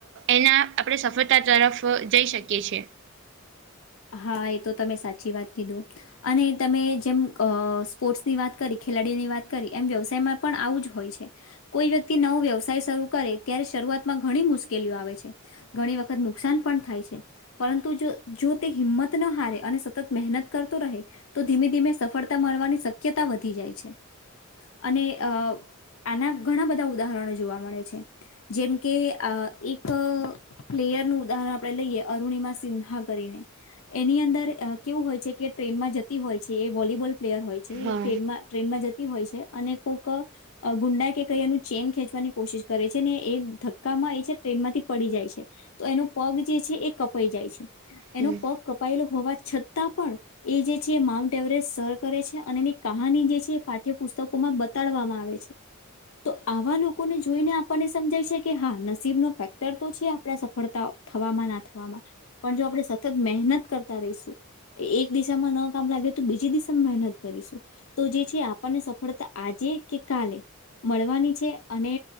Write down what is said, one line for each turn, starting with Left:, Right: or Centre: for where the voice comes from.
Right: એના આપણે સફળતા તરફ જઈ શકીએ છ છેએ.
Left: હા એ તો તમે સાચી વાત કીધું. અને તમે જેમ અ સ્પોર્ટ્સની વાત કરી ખેલાડીઓની વાત કરી એમ વ્યવસાયમાં પણ આવું જ હોય છે. કોઈ વ્યક્તિ નવો વ્યવસાય શરૂ કરે ત્યારે શરૂઆતમાં ઘણી મુશ્કેલીઓ આવે છે. ઘણી વખત નુકસાન પણ થાય છે પરંતુ જો જો તે હિંમત ન હારે અને સતત મહેનત કરતો રહે તો ધીમે ધીમે સફળતા મળવાની શક્યતા વધી જાય છે અને અ આના ઘણા બધા ઉદાહરણો જોવા મળે છે. જેમ કે એક પ્લેયર નું ઉદાહરણ આપણે લઈએ અરુણિમા સિન્હા એની અંદર કેવું હોય છે કે ટ્રેનમાં જતી હોય છે એ વોલીબોલ પ્લેયર હોય
Right: હા
Left: ટ્રેનમાં ટ્રેનમાં જતી હોય છે અને કોક ગુંડાઈ કે કઈ એનું ચેઇન ખેંચવાની કોશિશ કરે છે ને એ ધક્કામાં એ છે ટ્રેનમાંથી પડી જાય છે. તો એનો પગ જે છે એ કપાઈ જાય છે
Right: હમ
Left: એનો પગ કપાયેલો હોવા છતાં પણ એ જે છે માઉન્ટ એવરેસ્ટ સર કરે છે અને એની કહાની જે છે પાઠ્યપુસ્તકોમાં તડવામાં આવે છે. તો આવા લોકોને જોઈને આપણને સમજાય છે કે હા નસીબ નો ફેક્ટર તો છે આપડા સફળતાઓ થવામાં ના થવામાં પણ જો આપણે સતત મહેનત કરતા રહીશું એક દિશામાં ન કામ લાગે તો બીજી દિશામાં મહેનત કરીશું. તો જે છે આપણને સફળતા આજે કે કાલે મળવાની છે અને